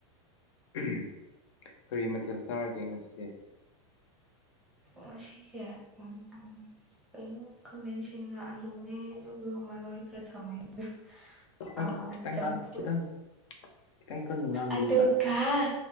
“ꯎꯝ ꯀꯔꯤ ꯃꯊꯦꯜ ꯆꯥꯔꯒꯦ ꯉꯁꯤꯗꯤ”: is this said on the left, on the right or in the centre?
Left